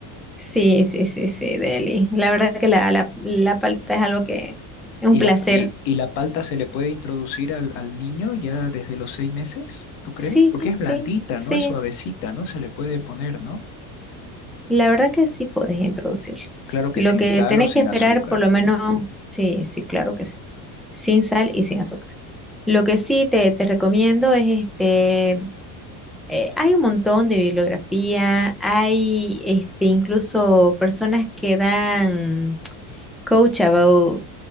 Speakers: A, in the centre; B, on the left.
A: Sí, sí, sí, sí, Deli. La verdad que la, la, la palta es algo que es
B: ¿Y
A: un placer.
B: la, y, y la palta se le puede introducir al, al niño ya desde los seis meses? ¿Tú crees?
A: Sí,
B: Porque es blandita,
A: sí, sí.
B: ¿no? Es suavecita, ¿no? Se le puede poner, ¿no?
A: La verdad que sí puedes introducirlo.
B: Claro que
A: Lo
B: sin
A: que
B: sal
A: tenés
B: o sin
A: que esperar,
B: azúcar.
A: por lo menos, sí, sí, claro que sí. Sin sal y sin azúcar. Lo que sí te, te recomiendo es este, eh, hay un montón de bibliografía, hay este, incluso personas que dan coach about